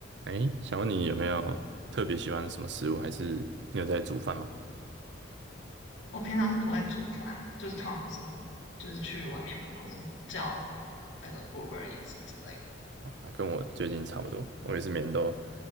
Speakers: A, on the right (about 60°); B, on the left (about 75°).
A: 哎，想问你有没有特别喜欢什么食物，还是你有在煮饭吗？
B: 我平常是不会煮饭，就是通常都是就是去外面买，或是叫那个 Uber Eats 之类的。
A: 啊，跟我最近差不多，我也是每天都